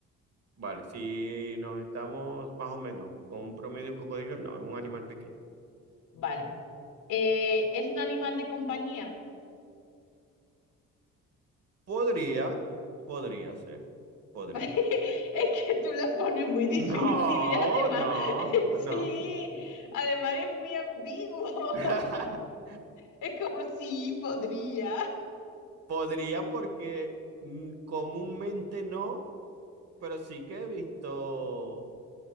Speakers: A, on the right (about 55°); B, on the left (about 80°).
A: Vale, si nos estamos más o menos con un promedio en cocodrilo, no, es un animal pequeño.
B: Vale. Eh, ¿es un animal de compañía?
A: Podría, podría ser, podría.
B: <laughs> Es que tú lo pones muy difícil
A: No,
B: y además,
A: no,
B: <laughs>
A: no.
B: sí, además es muy ambiguo.
A: <laughs>
B: <laughs> Es como, sí, podría.
A: Podría porque mm, comúnmente no, pero sí que he visto